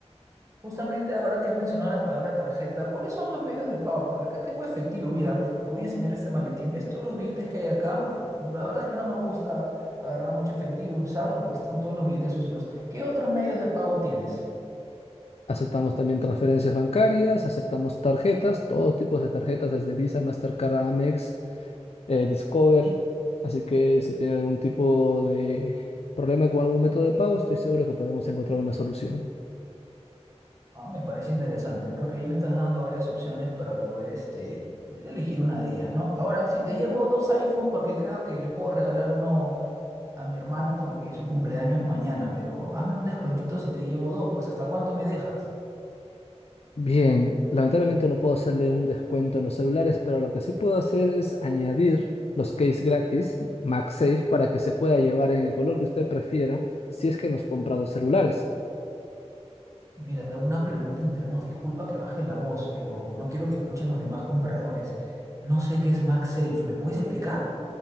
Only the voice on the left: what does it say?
Aceptamos también transferencias bancarias, aceptamos tarjetas, todo tipo de tarjetas, desde Visa, Mastercard, Amex, eh, Discover. Así que si tiene algún tipo de problema con algún método de pago, estoy seguro que podemos encontrar una solución.
Bien, lamentablemente no puedo hacerle un descuento en los celulares, pero lo que sí puedo hacer es añadir los case gratis MagSafe para que se pueda llevar en el color que usted prefiera si es que nos compra dos celulares.